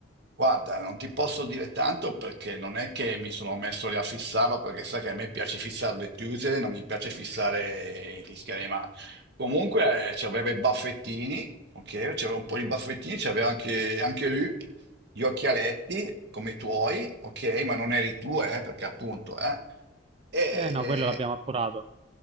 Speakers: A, on the right; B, on the right.
A: Guarda, non ti posso dire tanto perché non è che mi sono messo lì a fissarlo, perché sai che a me piace fissare le chiuse, non mi piace fissare gli schemi, ma comunque eh, c'aveva i baffettini, ok? C'aveva un po' di baffettini, c'aveva anche, anche lui gli occhialetti come i tuoi, ok? Ma non eri tu, eh, perché appunto, eh. E,
B: eh no, quello l'abbiamo appurato.